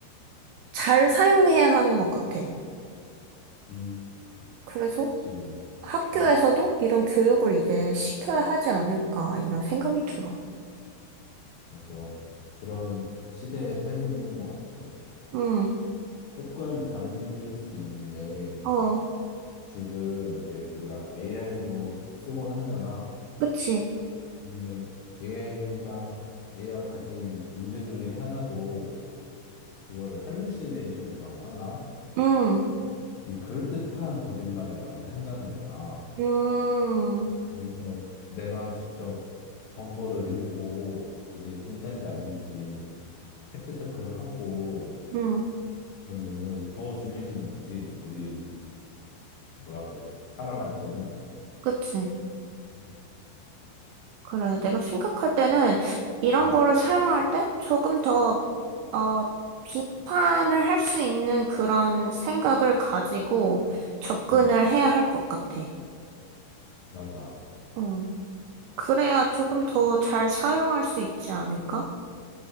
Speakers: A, on the right; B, on the left.
A: 잘 사용해야 하는 것 같아.
B: 응, 응,
A: 그래서
B: 그렇지.
A: 학교에서도
B: 응,
A: 이런 교육을 이제 시켜야 하지 않을까, 이런 생각이 들어.
B: 맞아. 그런 시대에 살고 있는 것 같아.
A: 응
B: 조금 다른 얘기일 수도 있는데,
A: 어,
B: 지금 이제 우리가 AI도 쓰곤 하잖아.
A: 그치.
B: 근데 AI가, AI가 가진 문제 중에 하나도 그거를 할루시네이션이라고 하나?
A: 응
B: 어, 이 그럴듯한 거짓말을 많이 한다는 거야.
A: 음,
B: 그래서 내가 직접 정보를 읽고 그게 진짜인지 아닌지 팩트 체크를 하고
A: 응
B: 그런 능력이 더 중요해지는 거지. 우리 뭐라 그래? 사람한테는.
A: 그치.
B: 어,
A: 그래, 내가 생각할 때는 이런
B: 응,
A: 거를 사용할 때 조금 더, 어, 비판을 할 수 있는 그런 생각을 가지고 접근을
B: 응,
A: 해야 할 것 같아.
B: 맞아.
A: 어, 그래야 조금 더 잘 사용할 수 있지 않을까?